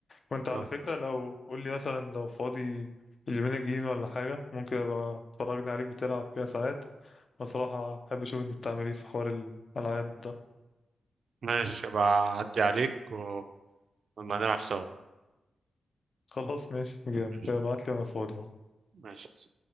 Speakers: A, on the left; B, on the right.
A: وانت على
B: آه.
A: فكرة لو قول لي مثلا لو فاضي اليومين الجايين ولا حاجة ممكن ابقى اتفرجني عليك بتلعب كده ساعات بصراحة احب اشوف انت بتعمل ايه في حوار الالعاب ده
B: ماشي ابقى اعدي عليك ولما نلعب سوا
A: خلاص ماشي جامد
B: ماشي
A: ابعت لي وانا فاضي
B: ماشي